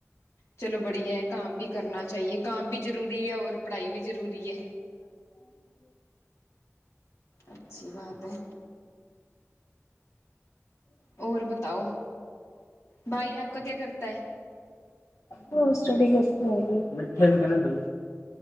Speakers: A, on the left (about 65°); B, on the left (about 80°).
A: ਚਲੋ ਬੜੀਆ ਹੈ ਕੰਮ ਵੀ ਕਰਨਾ ਚਾਹੀਏ। ਕੰਮ ਵੀ ਜ਼ਰੂਰੀ ਹੈ ਔਰ ਪੜ੍ਹਾਈ ਵੀ ਜ਼ਰੂਰੀ ਹੈ। ਅੱਛੀ ਬਾਤ ਹੈ। ਹੋਰ ਬਤਾਓ ਭਾਈ ਆਪ ਕਾ ਕਿਆ ਕਰਤਾ ਹੈ।
B: ਵੋ ਸਟਡੀ ਕਰਦਾ।